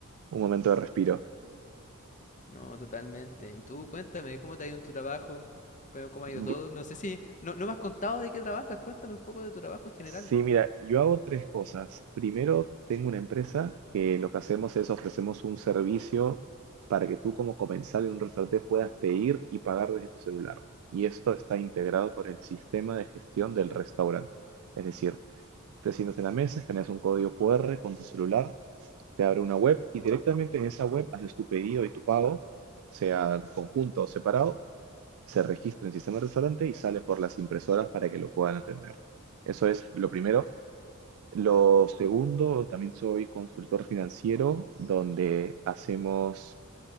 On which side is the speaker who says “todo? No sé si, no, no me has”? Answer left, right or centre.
Left